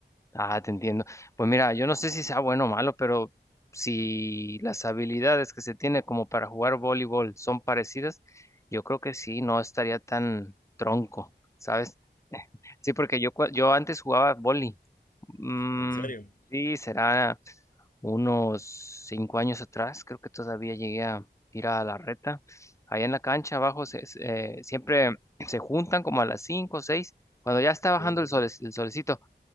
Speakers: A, on the left (about 15°); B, on the left (about 50°).
A: Ah, te entiendo. Pues mira, yo no sé si sea bueno o malo, pero si las habilidades que se tiene como para jugar voleibol son parecidas, yo creo que sí, no estaría tan tronco, ¿sabes? Sí, porque yo, cua- yo antes jugaba vóley. Mm,
B: ¿En serio?
A: sí, será unos cinco años atrás, creo que todavía llegué a ir a la reta. Allá en la cancha abajo se- se- eh, siempre se juntan como a las cinco o seis, cuando ya está
B: Ok.
A: bajando el sol, el solecito